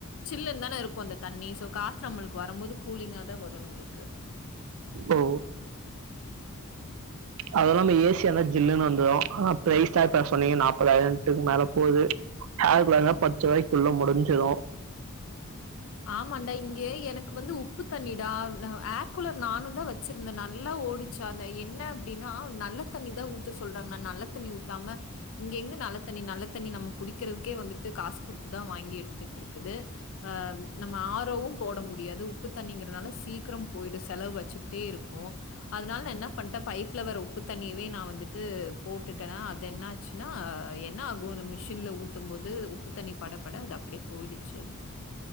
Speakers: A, on the left; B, on the right.
A: சில்லுன்னு தா இருக்கு அந்த தண்ணி சோ காத்து நம்மளுக்கு வரம்போது கூலிங்காதா வரும் நம்முளுக்கு
B: ஓ அதெல்லா ஏசியாந்தா ஜில்லுன்னு வந்துரு ஆனா ப்ரைஸா இப்ப சொன்னீங்க நாப்பதாயிரக்கு மேலே போகுது ஹேய் கூலா னா பத்து ரூவாய்க்குள்ள முடிஞ்சிடு
A: ஆமாண்டா இங்கே எனக்கு வந்து உப்பு தண்ணீடா ஏர் கூலர் நானு வச்சிருந்தே நல்லா ஓடிச்சு அந்த என்ன அப்டின்னா நல்ல தண்ணி தா ஊத் த சொல்றாங்கன்னா நல்லத்தண்ணி ஊத்தாம இங்க எங்கந்து நல்ல தண்ணி நல்ல தண்ணி நம்ம குடிக்கிறதுக்கே வந்துட்டு காசு குடுத்துதா வாங்கி எடுத் திட் இருக்குது நம்ம ஆ ரோவு போட முடியாது த உப்பு தண்ணிங்கிறனால சீக்கிரோ போய்டு செலவு வச்சுக்கிட்டே இருக்கு அத்னால என்னா பண் பைப்ல வர உப்பு தண்ணியவே நா வந்துட்டு போட்டுட்டேன்னா அது என்னாச்சுன்னா என்னாகு மிஷின்ல ஊத்தும் போது உப்பு தண்ணி பட பட அது அப்டியே போயிடுச்சு